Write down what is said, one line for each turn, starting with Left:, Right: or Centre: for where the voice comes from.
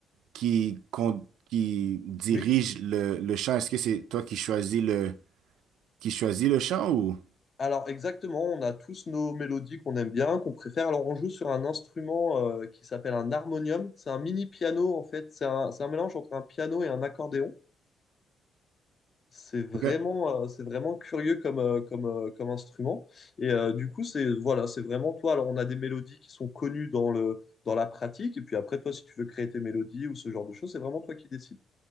Right: qui, con- qui dirige
Left: Oui,
Right: le, le chant, est-ce que c'est toi qui choisis le, qui choisis le chant ou?
Left: Alors exactement, on a tous nos mélodies qu'on aime bien, qu'on préfère. Alors on joue sur un instrument euh, qui s'appelle un harmonium. C'est un mini piano en fait. C'est un, c'est un mélange entre un piano et un accordéon. C'est vraiment,
Right: OK.
Left: euh, c'est vraiment curieux comme, euh, comme, euh, comme instrument. Et euh, du coup, c'est voilà, c'est vraiment toi. Alors on a des mélodies qui sont connues dans le, dans la pratique. Et puis après, toi, si tu veux créer tes mélodies ou ce genre de choses, c'est vraiment toi qui décides.